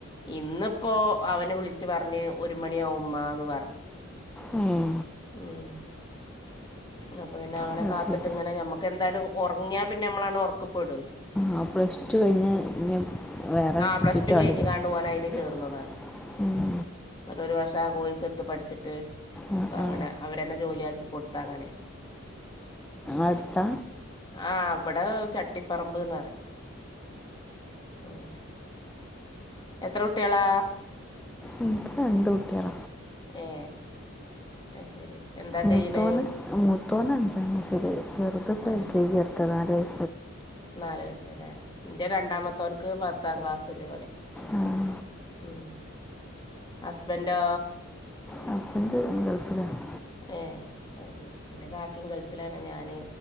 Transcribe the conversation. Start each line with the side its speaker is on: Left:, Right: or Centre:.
Left: ഇന്നിപ്പോ അവനെ വിളിച്ച് പറഞ്ഞ് ഒരു മണിയാവ്മ്മാ പറഞ്ഞഞ്
Centre: ഉം
Left: ആഹ അപ്പൊ പിന്നെ അവനെ
Centre: അത്
Left: കാത്തിട്ട്
Centre: ശരി
Left: ഇങ്ങനെ നമ്മക്ക്ന്തായാലും ഉറങ്ങിയാ പിന്നെ നമ്മളാണ്ട് ഉറക്ക പോട
Centre: ആ പ്ലസ് ടു കഴിഞ്ഞ് ഇഞ് വേറെ
Left: ആ
Centre: കി
Left: പ്ലസ്
Centre: തീറ്റാ
Left: ടു കഴിഞ്ഞ്
Centre: വേണ്ടിരുോ
Left: കാണ്ട്
Centre: <unintelligible>
Left: ഓൻ അയിന് ചേർന്നതാണ്
Centre: ഉം
Left: ഒരു വർഷം ആ കോഴ്സ് എടുത്ത് പഠിച്ചിട്ട്
Centre: ആ
Left: അപ്പ അങ്ങനെ
Centre: ആ
Left: അവരെന്നെ ജോലിയാക്കി കൊടുത്ത് അങ്ങനെ
Centre: അടുത്ത
Left: ആ അവിടെ ചട്ടിപ്പറമ്പ്ന്ന്പറയും ഉം എത്ര കുട്ടികളാ
Centre: എനിക്ക് രണ്ട് കൂട്ടികള
Left: ഏ അത് ശരി എന്താ
Centre: മുത്തോന്
Left: ചെയ്യണേ
Centre: മുത്തോന് അഞ്ചാം ക്ലാസ്സില് ചെറുത് ഇപ്പ
Left: ആഹ്
Centre: എൽ കെ ജി ചേർത്ത് നാല് വയസ്സ്
Left: നാലല് വയസല്ലേ നിന്റെ രണ്ടാമത്തവനക്ക് പത്താം ക്ലാസ്സിൽ പഠിക്കാണ്
Centre: ആഹ
Left: ഉം ഹസ്ബൻഡോ
Centre: ഹസ്ബൻഡ് ഗൾഫിലാണ്
Left: ഏ അ ശരി എന്റെ കാക്കയങ്കൾ ഇല്ലാണ് ഞാന്